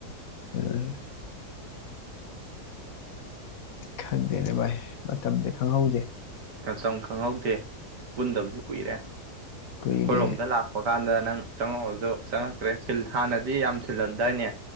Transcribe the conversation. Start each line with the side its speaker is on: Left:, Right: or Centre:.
Left: <unintelligible> ꯎꯝ ꯈꯪꯗꯦꯅꯦ ꯚꯥꯏ ꯃꯇꯝꯁꯦ ꯈꯪꯍꯧꯗꯦ
Right: ꯃꯇꯝ ꯈꯪꯍꯧꯗꯦ ꯄꯨꯟꯗꯕꯁꯨ ꯀꯨꯏꯔꯦ ꯑꯩꯈꯣꯏꯔꯣꯝꯗ
Left: ꯀꯨꯏꯔꯦ
Right: ꯂꯥꯛꯄ ꯆ ꯀꯥꯟꯗ ꯅꯪ ꯆꯪꯉꯛꯑꯣꯁꯨ ꯆꯪꯉꯛꯇ꯭ꯔꯦꯜ ꯍꯥꯟꯅꯗꯤ ꯌꯥꯝ ꯊꯤꯜꯂꯝꯗꯥꯏꯅꯦ